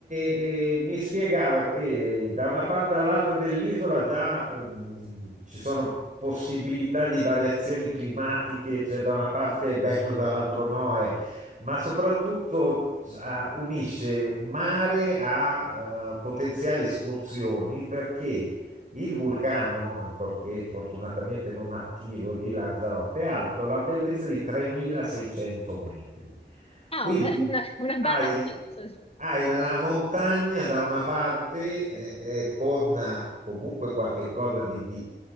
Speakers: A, on the right; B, on the left.
A: e- e mi spiegava che da una parte all'altra dell'isola già ehm, ci sono possibilità di variazioni climatiche, cioè da una parte è bello, dall'altro no, è- ma soprattutto ah, unisce mare a eh, potenziali escursioni perché il vulcano, ancorché fortunatamente non attivo, di Lanzarote è alto la bellezza di 3600 metri.
B: Ah,
A: Quindi
B: beh, una, una bella
A: hai,
B: altezza. sì.
A: hai la montagna da una parte eh, eh, con eh, comunque qualche cosa di, di,